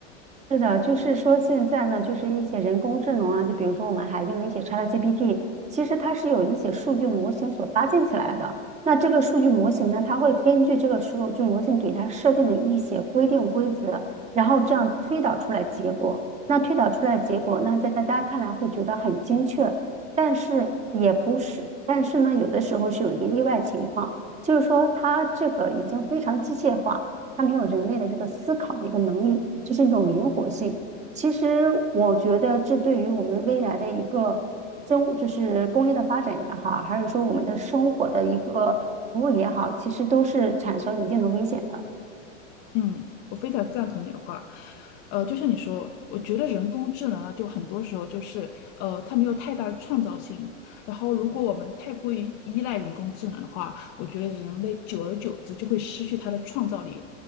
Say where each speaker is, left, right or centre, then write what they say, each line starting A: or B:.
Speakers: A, on the right (about 20°); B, on the left (about 30°).
A: 是的，就是说现在呢，就是一些人工智能啊，就比如说我们还用的一些 ChatGPT，其实它是有一些数据模型所搭建起来的。那这个数据模型呢，它会根据这个数据模型给它设定的一些规定规则，然后这样推导出来结果。那推导出来结果，那在大家看来会觉得很精确，但是也不是，但是呢，有的时候是有一个意外情况，就是说它这个已经非常机械化。他没有人类的这个思考的一个能力，这是一种灵活性。其实我觉得这对于我们未来的一个中，就是工业的发展也好，还是说我们的生活的一个服务也好，其实都是产生一定的危险的。
B: 嗯，我非常赞同你的话，呃，就像你说，我觉得人工智能啊，就很多时候就是，呃，它没有太大的创造性。然后，如果我们太过于依赖人工智能的话，我觉得人类久而久之就会失去它的创造力。